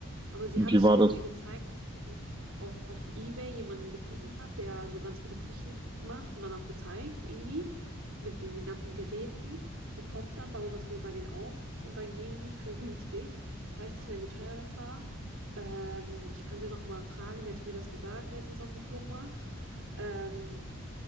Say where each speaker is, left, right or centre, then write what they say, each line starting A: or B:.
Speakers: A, on the right; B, on the right.
A: Aber sie
B: Und
A: hat
B: die war
A: äh,
B: das,
A: mir gezeigt, dass sie auf, auf eBay jemanden gefunden hat, der so ganz viele Küchen f- macht und dann auch so zeigt, irgendwie, mit diesen ganzen Geräten. Die kommt dann, bauen das wohl bei denen auf und dann gehen die für günstig. Ich weiß nicht mehr, wie teuer das war. Ähm, ich kann sie noch mal fragen. Sie hatte mir das gesagt letztens auf dem Flohmarkt. Ähm,